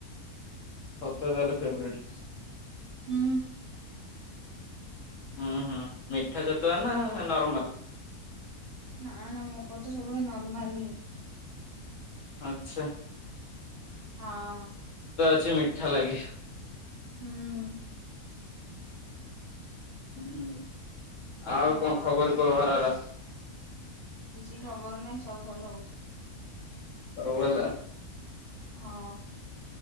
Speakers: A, on the left (about 60°); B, on the right (about 45°).
A: ସତୁଆ ତାହେଲେ ଫେବ୍ରାଇଟ
B: ହୁଁ
A: ହୁଁ ହୁଁ ମିଠା ଛତୁଆ ନା ନର୍ମଲ
B: ନା ନା ମୋର ତ ସବୁବେଳେ ନର୍ମାଲ ହି
A: ଆଚ୍ଛା
B: ହଁ
A: କି ମିଠା ଲାଗେ
B: ହୁଁ
A: ହୁଁ ଆଉ
B: ହଁ
A: କଣ ଖବର କଣ ଘରର
B: କିଛି ଖବର ନାହିଁ ସବୁ ଭଲ ଆଉ
A: ଆଉ ହେଲା
B: ହଁ